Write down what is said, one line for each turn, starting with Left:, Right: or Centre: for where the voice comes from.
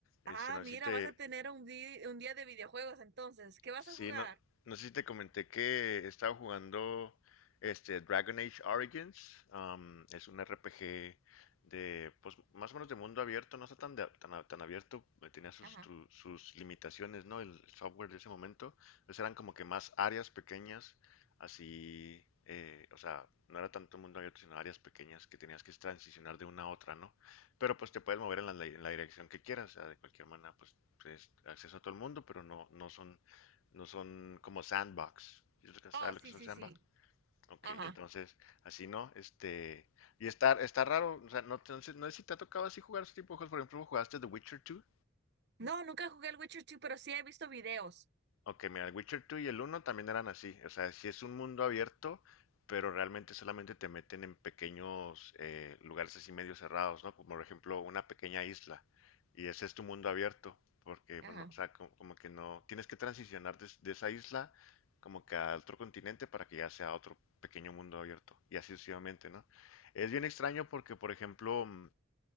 Right: Ah,
Left: Este, no sé
Right: mira,
Left: si te,
Right: vas a tener un, di- un día de videojuegos entonces. ¿Qué vas
Left: Sí,
Right: a jugar?
Left: no, no sé si te comenté que he estado jugando este Dragon Age Origins. am, es un RPG de, pues, más o menos de mundo abierto, no está tan, de- tan, a- tan abierto, eh, tenía sus,
Right: Ajá.
Left: tru- sus limitaciones, ¿no? El software de ese momento. Entonces eran como que más áreas pequeñas, así, eh, o sea, no era tanto mundo abierto, sino áreas pequeñas que tenías que transicionar de una a otra, ¿no? Pero pues te puedes mover en la, en la dirección que quieras, o sea, de cualquier manera, pues, pues acceso a todo el mundo, pero no, no son no son como sandbox. ¿Sí ¿Sabes
Right: Oh, sí,
Left: lo que
Right: sí,
Left: son sandbox?
Right: sí.
Left: Ok,
Right: Ajá.
Left: entonces, así no, este... Y está, está raro, o sea, no, entonces, no sé si te ha tocado así jugar ese tipo de juegos. Por ejemplo, ¿jugaste The Witcher 2?
Right: No, nunca jugué el Witcher 2, pero sí he visto videos.
Left: Ok, mira, el Witcher 2 y el uno también eran así. O sea, sí es un mundo abierto, pero realmente solamente te meten en pequeños eh, lugares así medio cerrados, ¿no? Como por ejemplo una pequeña isla. Y ese es tu mundo abierto, porque,
Right: Ajá.
Left: bueno, o sea, co- como, que no, tienes que transicionar des- de, esa isla como que a otro continente para que ya sea otro pequeño mundo abierto. Y así sucesivamente, ¿no? Es bien extraño porque, por ejemplo, mm,